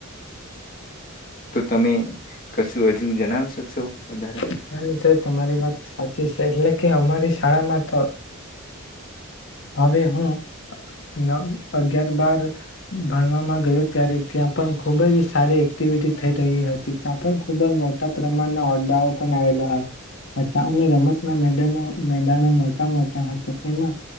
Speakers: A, on the left; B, on the left.
A: તો તમે કશું હજુ જનાવ શકશો?
B: <inaudible>
A: વધારે
B: તમારી વાત સાચી છે. એટલે કે, અમારી શાળામાં તો, હવે હું ન અગિયાર, બાર ભણવામાં ગયો. ત્યારે ત્યાં, પણ ખૂબજ સારી એક્ટિવિટી થઈ રહી હતી. ત્યાં, પણ ખૂબ જ મોટા પ્રમાણના દાવો પણ આવેલા હ-હતા. અને રમતના મેડલો મેદાનો મોટા-મોટા હતા. તેમાં,